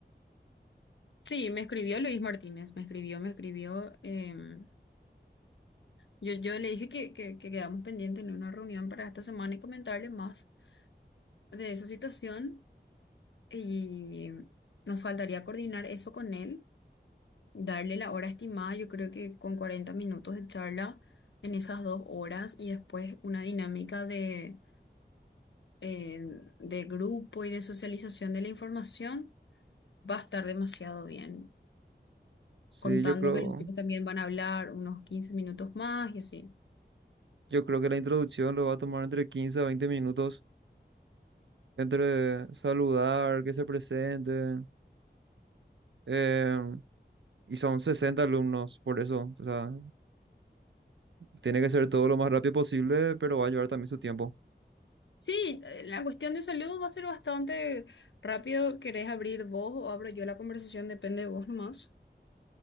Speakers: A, on the left (about 85°); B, on the right (about 85°).
A: Sí, me escribió Luis Martínez, me escribió, me escribió. em, yo, yo le dije que, que, que quedamos pendientes en una reunión para esta semana y comentarle más de esa situación. Y nos faltaría coordinar eso con él, darle la hora estimada, yo creo que con 40 minutos de charla en esas dos horas y después una dinámica de, eh, de grupo y de socialización de la información, va a estar demasiado bien.
B: Sí,
A: Contando
B: yo creo,
A: que los chicos también van a hablar unos 15 minutos más y así.
B: yo creo que la introducción lo va a tomar entre 15 a 20 minutos, entre saludar, que se presente, eh, y son 60 alumnos, por eso, o sea, tiene que ser todo lo más rápido posible, pero va a llevar también su tiempo.
A: Sí, eh, la cuestión de salud va a ser bastante rápido. ¿Querés abrir vos o abro yo la conversación? Depende de vos nomás.